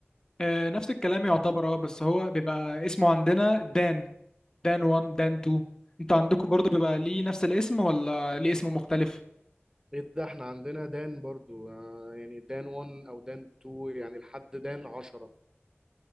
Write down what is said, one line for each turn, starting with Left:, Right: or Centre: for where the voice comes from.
Left: آه، نفس الكلام يعتبر اه بس هو بيبقى اسمه عندنا دان دان 1 دان 2 انتوا عندكم برضو بيبقى ليه نفس الاسم ولا ليه اسم مختلف
Right: ايه ده احنا عندنا دان برضو آه، يعني دان 1 او دان 2 يعني لحد دان 10